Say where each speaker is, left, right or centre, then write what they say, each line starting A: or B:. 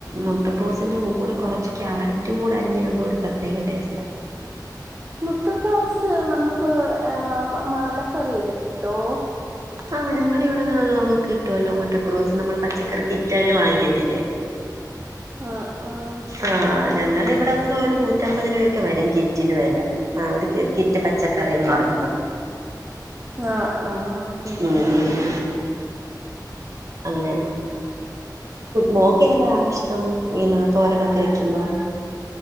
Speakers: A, on the right; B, on the right.
A: മൊത്തകൊസിന്റെ കൂടെ കുറച്ച് ക്യാരറ്റും കൂടെ അരിഞ്ഞിടുമ്പോ ഒരു പ്രത്യേക ടേസ്റ്റ
B: മുട്ടക്ലോസ് നമുക്ക് മലക്കറിയില് കിട്ടോ?
A: ആഹ് ഞങ്ങള ഇവിടെ <unintelligible> കിട്ടുവല്ലോ മട്ടക്രോസ് നമ്മൾ പച്ചക്കറി <inaudible> കിറ്റായിട്ട് വാങ്ങിക്കത്തില്ലേ
B: ആഹ ആഹ
A: ആ ഞങ്ങടെ ഇവിടെക്ക ഒരു നൂറ്റമ്പത് രൂപ ഒക്കെ വരും ഗിറ്റിന് വേല ആ ഒരു കിറ്റ് പച്ചക്കറിന്ന് പറയുമ്പോ
B: ആ ആഹ ഓക്കെ ഓക്കെ
A: ഉം ഉം അങ്ങനെ മോക്ക് ഏതാ ഇഷ്ടം ഇങ്ങനെ തോരനൊക്കെ വെക്കുമ്പം